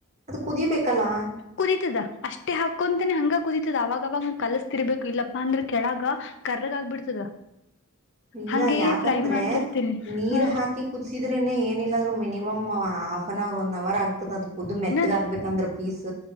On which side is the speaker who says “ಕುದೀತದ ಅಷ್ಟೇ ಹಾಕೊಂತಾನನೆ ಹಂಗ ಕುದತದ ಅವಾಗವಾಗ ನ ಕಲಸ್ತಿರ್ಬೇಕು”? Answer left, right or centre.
Left